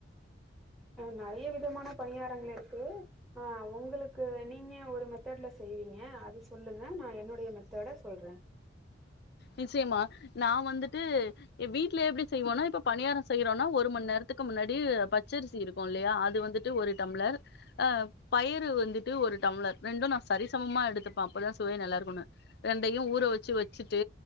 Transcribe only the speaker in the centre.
ஹ நிறைய விதமான பணியாரங்கள் இருக்கு ஆஹ் உங்களுக்கு நீங்க ஒரு மெத்தட்ல செய்வீங்க அது சொல்லுங்க நான் என்னுடைய மெத்தட சொல்றேன்